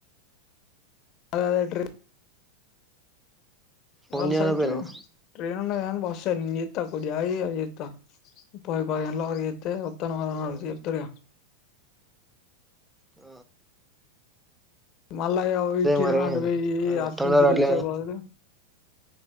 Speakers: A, on the left; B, in the centre.
A: అద అదే ఏ ట్రైన్
B: ఫోన్
A: వాడు
B: చేయకపోయినవ్
A: స్ట్రెయిట్ ర ట్రైన్ బస్ా జతా కొయి జత ప పలో ఒత్తను
B: ఆ
A: ఎప్తలె
B: ఆ
A: మళ్ళా కిరణడు
B: మరి
A: గాడు పోయి
B: ఆడొత్తాండట
A: అటునుంచి ఇటుఒచ్చే
B: అట్లే
A: బదులు